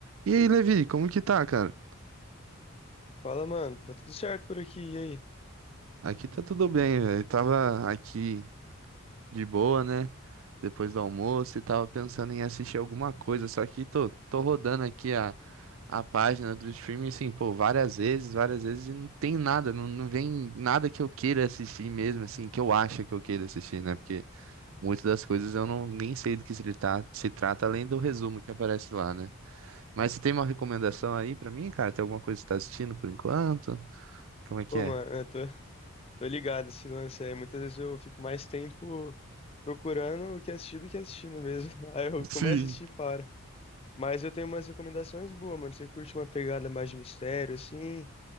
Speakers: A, on the right (about 65°); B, on the left (about 25°).
A: E aí, Levi, como que tá, cara?
B: Fala, mano. Tá tudo certo por aqui, e aí?
A: Aqui tá tudo bem, velho. Tava aqui de boa, né? Depois do almoço e tava pensando em assistir alguma coisa, só que tô, tô rodando aqui a, a página do streaming, assim, pô, várias vezes, várias vezes e não tem nada, não, não vem nada que eu queira assistir mesmo, assim, que eu acho que eu queira assistir, né? Porque muitas das coisas eu não nem sei do que se, trata- se trata, além do resumo que aparece lá, né? Mas você tem uma recomendação aí pra mim, cara? Tem alguma coisa que você tá assistindo por enquanto? Como é que
B: Pô,
A: é?
B: mano, eu tô, tô ligado esse lance aí. Muitas vezes eu fico mais tempo procurando o que assistir do que assistindo mesmo. <laughs> Aí eu começo
A: Sim.
B: a assistir e paro. Mas eu tenho umas recomendações boas, mano. Você curte uma pegada mais de mistério, assim?